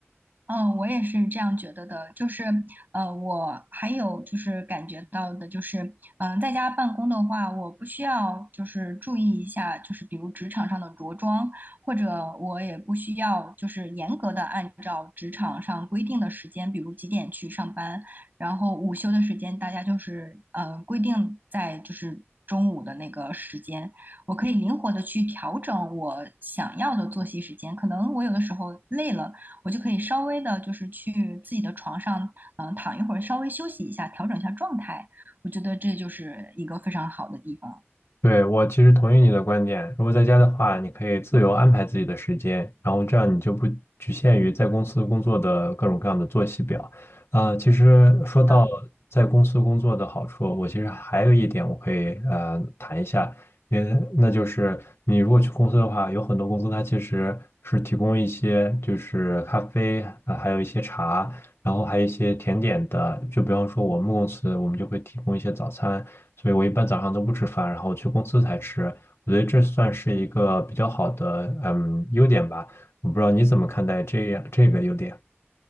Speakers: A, on the right (about 45°); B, on the left (about 65°).
A: 嗯，我也是这样觉得的。就是，呃，我还有就是感觉到的，就是，嗯、在家办公的话，我不需要就是注意一下，就是比如职场上的着装，或者我也不需要就是严格的按照职场上规定的时间，比如几点去上班，然后午休的时间大家就是呃规定在就是中午的那个时间，我可以灵活的去调整我想要的作息时间。可能我有的时候累了。我就可以稍微的，就是去自己的床上，嗯、躺一会儿，稍微休息一下，调整一下状态。我觉得这就是一个非常好的地方。
B: 对，我其实同意你的观点。如果在家的话，你可以自由安排自己的时间，然后这样你就不局限于在公司工作的各种各样的作息表。呃，其实说到在公司工作的好处，
A: 嗯、
B: 我其实还有一点我可以呃谈一下，嗯，那就是你如果去公司的话，有很多公司它其实是提供一些就是咖啡，呃，还有一些茶。然后还有一些甜点的，就比方说我们公司我们就会提供一些早餐，所以我一般早上都不吃饭，然后去公司才吃。我觉得这算是一个比较好的嗯优点吧，我不知道你怎么看待这样这个优点。